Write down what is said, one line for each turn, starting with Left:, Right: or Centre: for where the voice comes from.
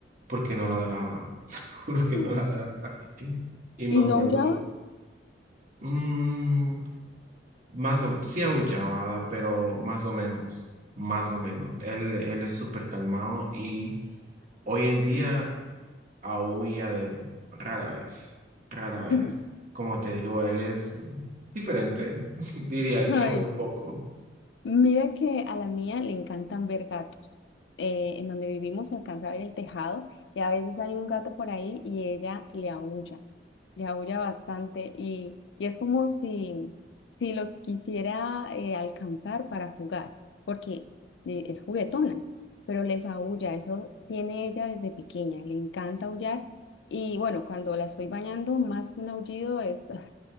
Right: porque no ladraba, <laughs> juro que
Left: gusta.
Right: no ladraba. Y me
Left: Y
Right: acuerdo,
Left: no ya.
Right: mm, más o sí aullaba, pero más o menos, más o menos. Él, él es súper calmado y... Hoy en día aúlla de rara vez, rara vez.
Left: <laughs>
Right: Como te digo, él es diferente, <laughs> diría yo
Left: Ay,
Right: un poco.
Left: Mira que a la mía le encantan ver gatos. Eh, en donde vivimos se alcanza a ver el tejado y a veces hay un gato por ahí y ella le aúlla, le aúlla bastante y, y es como si, si los quisiera eh, alcanzar para jugar, porque eh, es juguetona, pero les aúlla, eso tiene ella desde pequeña, le encanta aullar y bueno, cuando la estoy bañando, más que un aullido es <laughs>